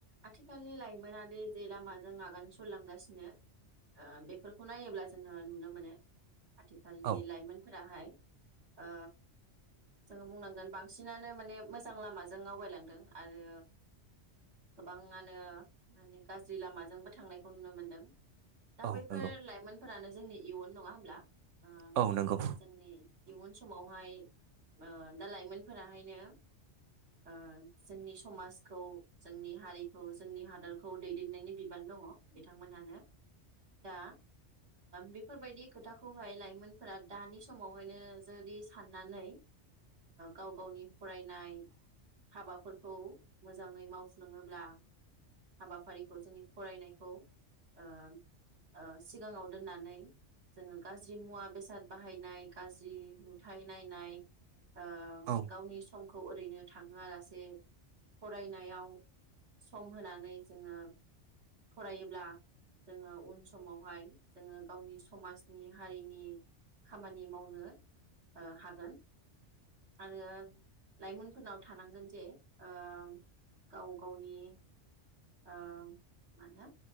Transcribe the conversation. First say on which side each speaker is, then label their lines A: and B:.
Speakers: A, on the right; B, on the right.
A: आथिखालनि लाइमोन बे जे लामाजों आगान सुरलांगासिनो बेफोरखौ नायोब्ला जोङो नुनो मोनो। आथिखालनि
B: औ
A: लाइमोनफोर फोराहाय ओ जोङो बुंनांगोन बांसिनानो माने मोजां लामाजों आवगायलांदों आरो गोबांआनो माने गाज्रि लामाजोंबो थांनायखौ नुनो मोनदों। दा
B: औ
A: बैफोर
B: नंगौ
A: लाइमोन फोरानो जोंनि इयुन नङा होमब्ला? ओ
B: औ नंगौ
A: जोंनि इयुन समावहाय दा लाइमोनफोराहायनो ओ जोंनि समाज खौ जोंनि हारिखौ जोंनि हादरखौ दैदेननायनि बिबान दङ बिथांमोनहानो दा बेफोरबायदि खोथाखौहाय लाइमोनफोरा दानि समावहायनो जुदि साननानै गाव गावनि फरायनाय हाबाफोर औ मोजाङै मावफ्लुङोब्ला हाबाफारिखौ जोंनि फरायनायखौ ओम ओ सिगाङाव दोननानै जोङो गाज्रि मुवा बेसाद बाहायनाय गाज्रि नुथाय नायनाय ओ
B: औ
A: गावनि सम खौ ओरैनो थांहोआलासे फरायनायाव सम होनानै जोङो। फरायोब्ला जोङो उन समावहाय जोङो गावनि समाजनि हारिनि खामानि मावनो ओ हागोन आरो लाइमोनफोरनाव थानांगोन जे ओ गाव गावनि ओ मा होनो